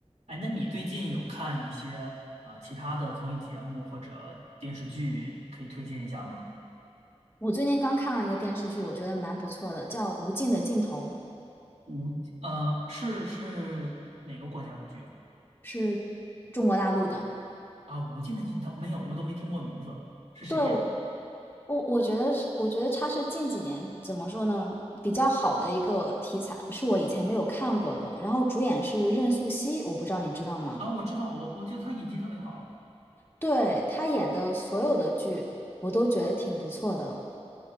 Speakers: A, on the right; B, on the left.
A: 哎，那你最近有看一些呃其他的综艺节目或者电视剧，可以推荐一下吗？
B: 我最近刚看了一个电视剧，我觉得蛮不错的，叫《无尽的尽头》，
A: 无，呃，是是哪个国家的剧啊？
B: 是中国大陆的。
A: 啊无尽的尽头》没有，我都没听过名字，是谁演的？
B: 对，我我觉得是，我觉得它是近几年怎么说呢，比较好的一个题材，是我以前没有看过的。然后主演是任素汐，我不知道你知道吗？
A: 啊，我知道，我我觉得他演技特别好。
B: 对，她演的所有的剧，我都觉得挺不错的。